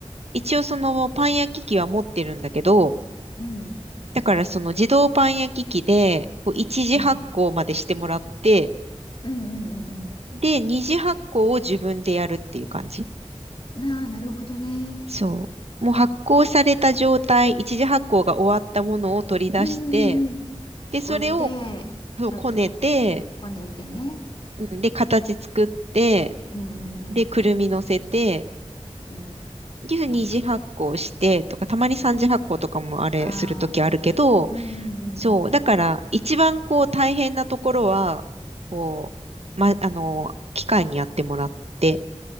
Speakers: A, on the right; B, on the left.
A: 一応そのパン焼き器は持ってるんだけど、
B: うん。
A: だからその自動パン焼き器で、こう一次発酵までしてもらって、
B: うん。うんうんうん
A: で、二次発酵を自分でやるっていう感じ。
B: うん。ああ、なるほどね。
A: そう。もう発酵された状態、一次発酵が終わったものを取り出して、
B: うんうんうん。
A: で、それを
B: 置いて、
A: そうこねて、
B: ちょっとこねてね。
A: うんで、形作って、
B: うんうんうん。
A: で、くるみ乗せて、
B: うん。
A: で、
B: 焼く。
A: 二次発酵してとか、たまに三次発酵とかもあれするときあるけど、
B: うん。ああ。うんうんうんうん。
A: そう、だから、一番こう大変なところは、こう、ま、あの、機械にやってもらって、